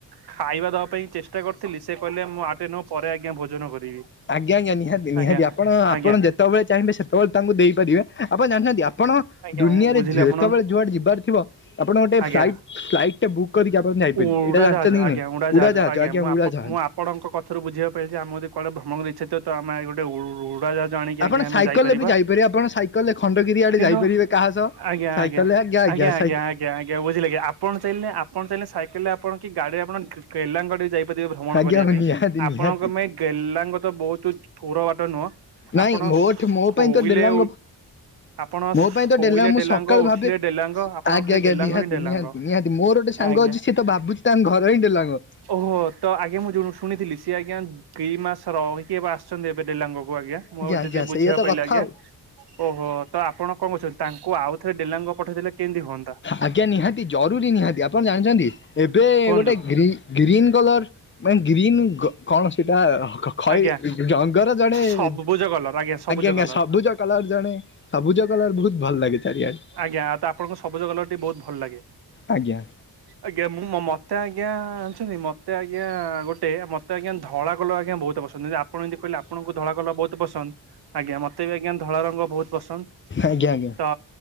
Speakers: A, on the right; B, on the left.
A: ଖାଇବା ଦବା ପାଇଁ ଚେଷ୍ଟା କରିଥିଲି ସେ କହିଲେ ମୁଁ ଆଠେ ନଅ ପରେ ଆଜ୍ଞା ଭୋଜନ କରିବି।
B: ଆଜ୍ଞା ଆଜ୍ଞା ନିହାତି ନିହାତି
A: ଆଜ୍ଞା
B: ଆପଣ ଆପଣ
A: ଆଜ୍ଞା
B: ଯେତେବେଳେ ଚାହିଁବେ ସେତେବେଳେ ତାଙ୍କୁ ଦେଇପାରିବେ। ଆପଣ ଜାଣିଛନ୍ତି ଆ ଆପଣ
A: ଆଜ୍ଞା
B: ଦୁନିଆରେ
A: ମୁଁ ବୁଝିଲି
B: ଯେତେବେଳେ
A: ଆପଣ
B: ଯୁଆଡ଼େ ଯିବାର ଥିବ ଆପଣ ଗୋଟେ
A: ଆଜ୍ଞା
B: ଫ୍ଲାଇଟ ଫ୍ଲାଇଟ୍ ବୁକ୍ କରିକି ଆପଣା ଯାଇ
A: ଉଡାଜାହାଜ
B: ପାରିବେ ଏଇଟା ଜାଣିଛନ୍ତି କି
A: ଆଜ୍ଞା
B: ନାଇଁ।
A: ଉଡାଜାହାଜ
B: ଉଡ଼ା ଜାହାଜ ଆଜ୍ଞା
A: ମୁଁ
B: ଉଡ଼ା
A: ଆପ
B: ଜାହାଜ।
A: ମୁଁ ଆପଣଙ୍କ କଥାରୁ ବୁଝିବା ପାଇଁ ପାଇଲେ ଯେ ଆମେ ଯଦି ଭ୍ରମଣ ଇଚ୍ଛା ତ ଆମେ ଗୋଟେ ଉଡ଼ା ଜଣେଇକି
B: ଆପଣ
A: ଆଜ୍ଞା ଆମେ
B: ସାଇକେଲରେ
A: ଯାଇପାରିବା।
B: ବି ଯାଇପାରିବେ ଆପଣ ସାଇକେଲରେ ଖଣ୍ଡଗିରି ଆଡେ
A: କିନ୍ତୁ
B: ଯାଇପାରିବେ କାହା ସହ?
A: ଆଜ୍ଞା
B: ସାଇକେଲରେ
A: ଆଜ୍ଞା ଆଜ୍ଞା ଆଜ୍ଞା ଆଜ୍ଞା
B: ସାଇକେ
A: ଆଜ୍ଞା। ଆଜ୍ଞା ଆଜ୍ଞା ବୁଝିଲେ କି ଆପଣ ଚାଁଲେ ଆପଣ ଚାଲେ ସାଇକେଲ ରେ ଆପଣ କି ଗା ରେ ଆପଣ କଲାଙ୍ଗଡି ଯାଇପା ଭ୍ରମଣ
B: ଆଜ୍ଞା
A: କରିବା
B: ହଁ
A: ପାଇଁ।
B: ନିହାତି
A: ଆପଣଙ୍କ
B: ନିହାତି।
A: ପାଇଁ ଡେଲାଙ୍ଗ ତ ବହୁତ ଦୂର ବାଟ ନୁହଁ।
B: ନାଇଁ
A: ଆପଣ
B: ମୋଠ ମୋ
A: ଶୋଇଲେ
B: ପାଇଁ ତ ଡେଲାଙ୍ଗ
A: ଆପଣ
B: ମୋ
A: ଶୋଇଲେ
B: ପାଇଁ ତ ମୁଁ
A: ଡେଲାଙ୍ଗ
B: ସକାଳୁ
A: ଉଠିଲେ
B: ଭାବେ
A: ଡେଲାଙ୍ଗ ଆପଣଙ୍କ
B: ଆଜ୍ଞା
A: ଖାଲି
B: ଆଜ୍ଞା
A: ଡେଲାଙ୍ଗ
B: ନିହାତି
A: ହିଁ ଡେଲାଙ୍ଗ।
B: ନିହାତି ନିହାତି ମୋର ଗୋଟେ ସାଙ୍ଗ
A: ଆଜ୍ଞା
B: ଅଛି ସିଏ ତ ବାବୁନଙ୍କ ଘର ହିଁ ଡେଲାଙ୍ଗ।
A: ଓହୋ ତ ଆଜ୍ଞା ମୁଁ ଯୋଉ ଶୁଣିଥିଲି ସିଏ ଆଜ୍ଞା ଦିଇ ମାସ ରହିକି ଏବେ ଆସଛନ୍ତି ଏବେ ଡେଲାଙ୍ଗକୁ କୁ ଆଜ୍ଞା ମୁଁ
B: ଆଜ୍ଞା
A: ଯଦି ବୁଝେଇବା
B: ସେଇଆ ତ
A: ପାଇଲେ
B: କଥା
A: ଆଜ୍ଞା।
B: ଆଉ
A: ଓହୋ ତ ଆପଣ କଣ କରୁଛନ୍ତି ତାଙ୍କୁ ଆଉଥରେ ଡେଲାଙ୍ଗ ପଠେଇଲେ କେମିତି ହୁଅନ୍ତା।
B: ଆଜ୍ଞା ନିହାତି ଜରୁରୀ ନିହାତି ଆପଣ ଜାଣିଛନ୍ତି ଏବେ
A: କୁହନ୍ତୁ?
B: ଗୋଟେ ଗ୍ରୀ ଗ୍ରୀନ୍ କଲର ମାନେ ଗ୍ରୀନ୍ କଣ ସେଟା ଖ
A: ଆଜ୍ଞା
B: ଜଙ୍ଗର ଜଣେ
A: ସବୁଜ
B: ଆଜ୍ଞା
A: କଲର ଆଜ୍ଞା ସବୁଜ
B: ଆଜ୍ଞା
A: କଲର
B: ସବୁଜ କଲର ଜଣେ ସବୁଜ କଲର ବହୁତ ଭଲ ଲାଗେ ଚାରିଆଡ଼େ।
A: ଆଜ୍ଞା ତ ଆପଣଙ୍କ ସବୁଜ କଲର ଟି ବହୁତ ଭଲ ଲାଗେ।
B: ଆଜ୍ଞା।
A: ଆଜ୍ଞା ମୁଁ ମତେ ଆଜ୍ଞା ଜଣିଛନ୍ତି ମତେ ଆଜ୍ଞା ଗୋଟେ ମତେ ଆଜ୍ଞା ଧଳା କଲର ଆଜ୍ଞା ବହୁତ ପସନ୍ଦ ଯଦି ଆପ ଆପଣ ଆପଣ ଯେମିତି କହିଲେ ଆପଣଙ୍କୁ ଧଳା କଲର ବହୁତ ପସନ୍ଦ ଆଜ୍ଞା ମତେ ବି ଆଜ୍ଞା ଧଳା ରଙ୍ଗ ବହୁତ ପସନ୍ଦ।
B: ଆଜ୍ଞା ଆଜ୍ଞା।
A: ହ